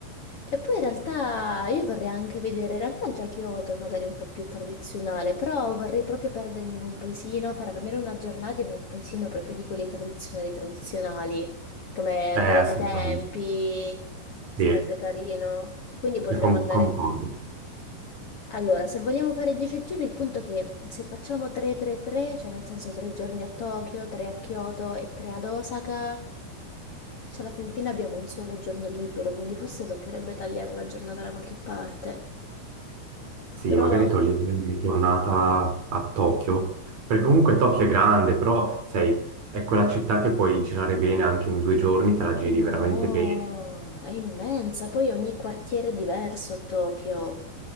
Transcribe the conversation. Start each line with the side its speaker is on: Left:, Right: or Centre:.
Left: E poi in realtà io vorrei anche vedere, in realtà già Kyoto è magari un po' più tradizionale, però vorrei proprio perdermi in un paesino, fare almeno una giornata in un paesino proprio di quelli tradizionali tradizionali, come andare
Right: Eh, assolutamente.
Left: nei tempi, sarebbe
Right: Sì,
Left: carino. E quindi potremmo
Right: sì, con-
Left: andare...
Right: concordo.
Left: Allora, se vogliamo fare 10 giorni, il punto è che se facciamo 3-3-3, cioè nel senso 3 giorni a Tokyo, 3 a Kyoto e 3 ad Osaka, cioè alla fin fine abbiamo un solo giorno libero, quindi forse toccherebbe tagliare una giornata da qualche parte.
Right: Sì,
Left: Però
Right: magari togliere una giornata a Tokyo, perché comunque Tokyo è grande, però sai, è quella città che puoi girare bene anche in due giorni, te la giri
Left: no,
Right: veramente bene.
Left: è immensa, poi ogni quartiere è diverso a Tokyo.